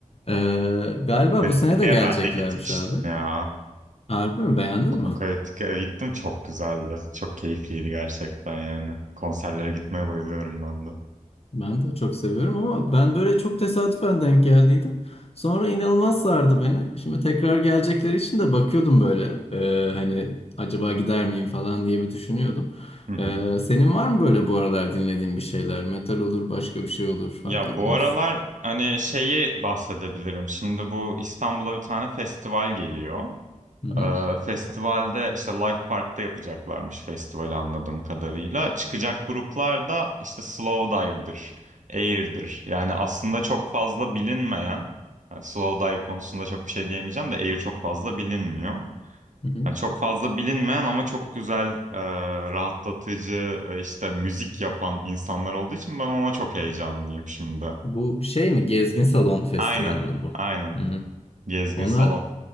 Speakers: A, on the left; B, on the right.
A: Ee, galiba
B: Apokaliptika'ya
A: bu sene de geleceklermiş
B: ben de gitmiştim
A: abi.
B: ya.
A: Harbi mi? Beğendin
B: Apokaliptika'ya
A: mi?
B: gittim çok güzeldi. Çok keyifliydi gerçekten yani. Konserlere gitmeye bayılıyorum ben de.
A: Ben de çok seviyorum ama ben böyle çok tesadüfen denk geldiydim. Sonra inanılmaz sardı beni. Şimdi tekrar gelecekleri için de bakıyordum böyle. Ee, hani acaba gider miyim falan diye bir düşünüyordum.
B: Hı hı.
A: Ee, senin var mı böyle bu aralar dinlediğin bir şeyler? Metal olur, başka bir şey olur, fark
B: Ya
A: etmez.
B: bu aralar hani şeyi bahsedebilirim. Şimdi bu İstanbul'a bir tane festival geliyor.
A: Hı hı,
B: Ee, festivalde işte Life Park'ta yapacaklarmış festivali anladığım kadarıyla. Çıkacak gruplar da işte Slowdive'dir, Air'dir. Yani aslında çok fazla bilinmeyen, yani Slowdive konusunda çok bir şey diyemeyeceğim de Air çok fazla bilinmiyor.
A: hı hı.
B: Yani çok fazla bilinmeyen ama çok güzel, e, rahatlatıcı ve işte müzik yapan insanlar olduğu için ben ona çok heyecanlıyım şimdi.
A: Bu şey mi? Gezgin Salon Festivali
B: Aynen,
A: mi bu?
B: aynen.
A: Hı hı.
B: Gezgin
A: Ona
B: Salon.